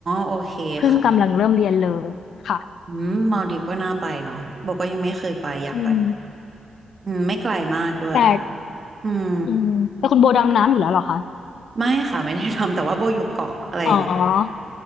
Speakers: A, on the right; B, on the left.
A: โอเคค่ะ
B: เพิ่งกำลังเริ่มเรียนเลยค่ะ
A: อืมมาลดีฟก็น่าไปเนาะบอกก็ยังไม่เคยไปอยากไป
B: อืม
A: อืมไม่ไกลมากด้วย
B: แต่
A: อืม
B: อืมแต่คุณโบดำน้ำอยู่แล้วเหรอคะ
A: ไม่ค่ะไม่ได้ทำแต่ว่าโบอยู่เกาะอะไรอย่างเงี้ย
B: อ๋อ